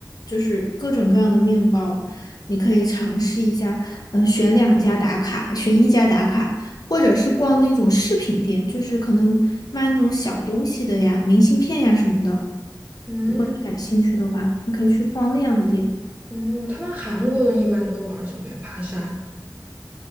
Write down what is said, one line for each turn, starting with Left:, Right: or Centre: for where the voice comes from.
Left: 就是各种各样的面包，你可以尝试一下，嗯、选两家打卡，选一家打卡。或者是逛那种饰品店，就是可能卖那种小东西的呀，明信片呀什么的。
Right: 嗯
Left: 如果你感兴趣的话，你可以去逛那样的店。
Right: 嗯，他们韩国人一般都玩儿什么呀？爬山。